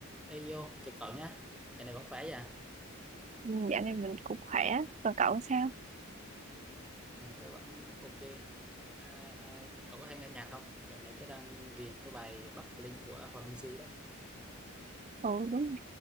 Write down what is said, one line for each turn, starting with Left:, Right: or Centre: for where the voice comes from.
Centre: Ê vô, chào cậu nhé. Dạo này vẫn khỏe vậy? à?
Right: Ừ, Dạo này mình cũng khỏe, còn cậu sao?
Centre: Dạo này tớ vẫn ok. À, cậu có hay nghe nhạc không? Dạo này tớ đang ghiền cái bài Bắc Linh của Hòa Minzy đó.
Right: Ừ đúng, rồi.